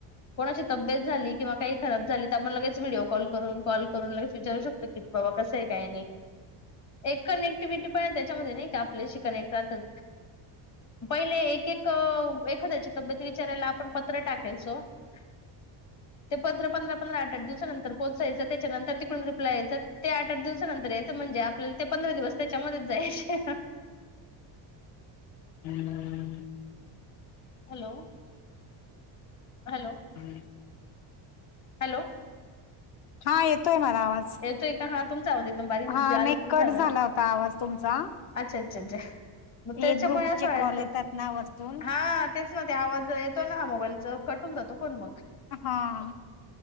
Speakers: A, on the left; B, on the left.
A: कोणाची तब्येत झाली किंवा काही खराब झाली तर आपण लगेच व्हिडिओ कॉल करून कॉल करून लगेच विचारू शकतो क बाबा कसं आहे काय नाही एक कनेक्टिव्हिटी पण आहे त्याच्यामध्ये नाही का आपल्याशी कनेक्ट राहतात पहिले एक एक एखाद्याची तब्येत विचारायला आपण पत्र टाकायचो ह ते पंरा पंधरा पंरा आठ आठ दिवसानंतर पोहोचायं त्याच्यानंतर तिकड रिप्लाय यायचं ते आठ आठ दिवसानंतर याच म्हणजे आपल्याला ते पंधरा दिवस त्याच्यामध्येच जायचे
B: हम्म
A: हॅलो हॅलो
B: ह
A: हॅलो
B: हा येतोय मला आवाज
A: येतोय का हा तुमच आव एकदम बारीकल
B: हा नाही कट
A: झालं
B: झाला
A: ना
B: होता आवाज तुमचा.
A: अच्छा अच्छा अच्छा मग
B: हे
A: त्याच्यामुळे
B: ग्रुपचे
A: असं वाटत
B: कॉल येतात ना वरतून
A: हा तेच ना ते आवाज येतो ना हा मोबाईलचा कटून जातो फोन मग
B: हा